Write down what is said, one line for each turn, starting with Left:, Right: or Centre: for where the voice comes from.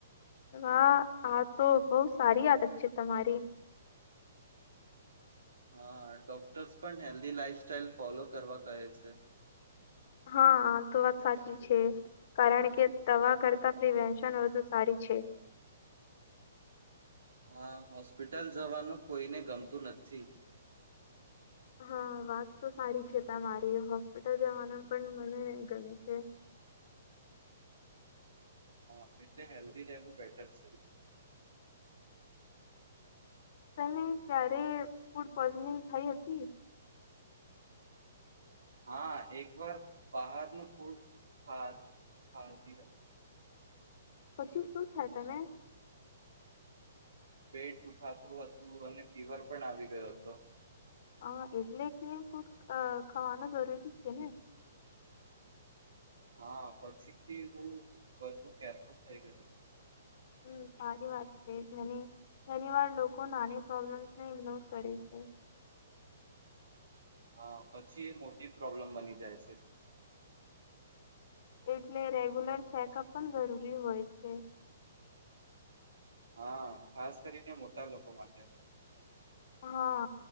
Left: વાહ આ તો બહુ સારી આદત છે તમારી
Right: હા ડોક્ટર્સ પણ હેલ્ધી લાઈફ સ્ટાઈઇલ ફોલો કરવા કહે છે.
Left: હા આતો વાત સાચી છે કારણ કે દવા કરતા પ્રિવેશન વધુ સારી છે.
Right: હા હોસ્પિટલ જવાનું કોઈને ગમતું નથી.
Left: હા વાત તો સારી છે તમારી હોસ્પિટલ જવાના પણ મને ગમે છે.
Right: હા એટલે હેલ્ધી રહેેવું બેટર છે.
Left: તને ક્યારે ફૂડ પોઈઝનિંગ થઇ હતી.
Right: હા એક વાર બહારનું ફૂડ ખા ખાતી હતી.
Left: પછી શું થાય તમે
Right: પેટ દુખાતું હતું અને ફીવર પણ આવી ગયો હતો.
Left: હા એટલે કે ફૂડ અ ખાવાનું જરૂરી જ છે ને
Right: હા પછીથી હું બધું કેરફુલ થઈ ગયો
Left: હમ સારી વાત છે ઘણી વાર લોકો નાની પ્રોબ્લેમ્સ ને ઈગ્નોર કરે છે.
Right: હા પછી એ મોટી પ્રોબ્લેમ બની જાય છે.
Left: એટલે રેગ્યુલર ચેકઅપ પણ જરૂરી હોય છે.
Right: હા ખાસ કરીને મોટા લોકો માટે
Left: હા